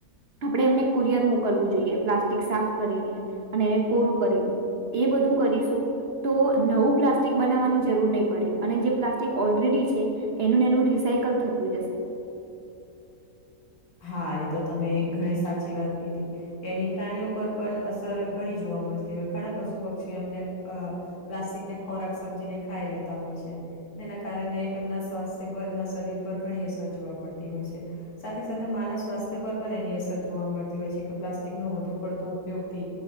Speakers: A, on the right; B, on the left.
A: આપણે એમને કુરિયર મોકલવું જોઈએ. પ્લાસ્ટિક સાફ કરીને. અને એને કોરું કરીને એ બધું કરીશું તો નવું પ્લાસ્ટિક બનાવવાની જરૂર નહીં પડે અને જે પ્લાસ્ટિક ઓલરેડી છે અને એનું રિસાયકલ થતું જશે.
B: હા, એ તો તમે ઘણી સાચી વાત કીધી. એની પ્રાણીઓ પર પણ અસર ઘણી જોવા મળતી હોય ઘણાં પશું પક્ષીઓ અમને અહ પ્લાસ્ટિકને ખોરાક સમજીને ખાઈ લેતાં હોય છે. એનાં કારણે એમનાં સ્વાસ્થ્ય પર એમનાં શરીર પર ઘણી અસર જોવા પડતી હોય છે. સાથે સાથે-સાથે માનવ સ્વાસ્થ્ય પર પણ એની અસર જોવા મળતી હોય છે કે પ્લાસ્ટિકનો વધુ પડતો ઉપયોગથી